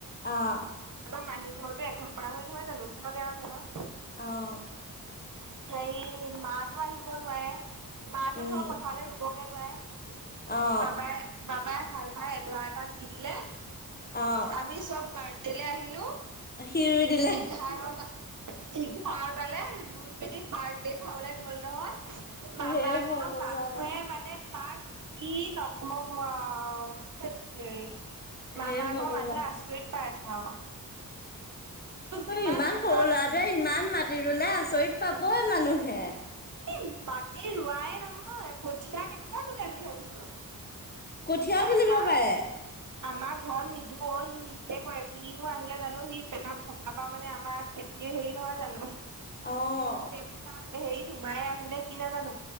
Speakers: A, on the left (about 25°); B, on the right (about 55°).
A: অ'।
B: আমাৰ মাহী ঘৰতো এঘৰ পাৰ হয় নহয় জানো ওচৰতে আৰু ঘৰ।
A: অ'।
B: হেৰি মা টো আহিব নোৱাৰে, মাটো
A: উম,
B: ধৰ পথাৰলৈ ৰুবগে নোৱাৰে।
A: অ',
B: বাবাই- বাবাই হাল বাই এডৰা এটা দি দিলে
A: অ',
B: আমি চব বাৰ্থডেলে আহিলোঁ
A: সি ৰুই দিলে
B: এঘাৰ তা এঘৰাটালে ৰুই পেলি বাৰ্থডে খাবলৈ গ'ল নহয়। মামা
A: হে ভগৱান
B: কোনো মানুহে মানে তাত কি নকবা আৰু ধেত। তেৰি মামাৰ
A: হে ভগৱান
B: ঘৰ মানুহে আচৰিত পাইছে আও। তোক যিমান
A: ইমান
B: বুজালো
A: সৰু ল'ৰাটোৱে ইমান মা সি ৰুলে আঁচৰিত পাবই মানুহে।
B: এই মাটি ৰোৱাই নহয়, কঠীয়া কেনেকুৱা তোলে বুলি ভাবিছ?
A: কঠিয়াও তুলিব
B: আমাৰ
A: পাৰে।
B: আমাৰ ঘৰত নিদোঁ অ, সি নিজে কৰে কিনো আহিলে জানো সি পেটত থকা পা মানে আমাৰ খেতি এ হেৰি নহয় জানো?
A: অ',
B: সেইবোৰ তাপ হেৰিত সোমায়ে আছে নে কি নাজানো